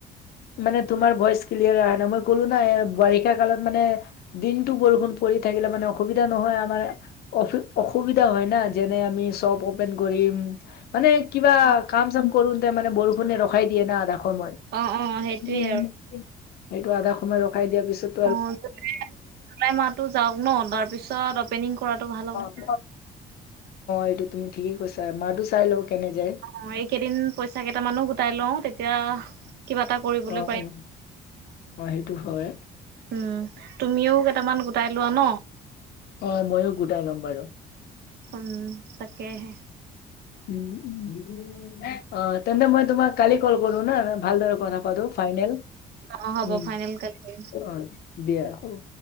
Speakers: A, on the left (about 65°); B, on the right (about 70°).
A: মানে তোমাৰ ভইচ ক্লিয়াৰ অহা নাই মই ক'লো নাই বাৰিষা কালত মানে- দিনটো বৰষুণ পৰি থাকিলে মানে অসুবিধা নহয় আমাৰ- অ অসুবিধা হয় ন যেনে আমি শ্বপ অপেন কৰিম। মানে কিবা
B: অ
A: কাম চাম কৰোতে মানে বৰষুণে ৰখাই দিয়ে না ডাখৰ মই। সেইটো
B: অ সেইটোয়ে আৰু
A: আধা সময় ৰখাই দিয়াৰ পিছত।
B: অ জোলাই মাহটো যাওক ন তাৰপিছত অপেনিং কৰাটো ভাল হ'ব।
A: অ এইটো তুমি ঠিকেই কৈছা মাহটো চাই লও কেনে যায়।
B: অ এইকেইদিন পইচা কেইটামানো গোটাই লও তেতিয়া কিবা এটা- কৰিবলৈ
A: অহ
B: পাৰিম
A: হ'ব, সেইটো হয়।
B: উম, তুমিও কেইটামান গোটাই লোৱা ন।
A: অ মইও গোটাই লম বাৰু।
B: উম তাকেহে।
A: উ উ অ তেন্তে মই তোমাক কালি কল কৰো না ভালদৰে- কথা পাতোঁ ফাইনেল,
B: অ হ'ব
A: উম,
B: ফাইনেল কালি
A: অ দিয়া হ'ব।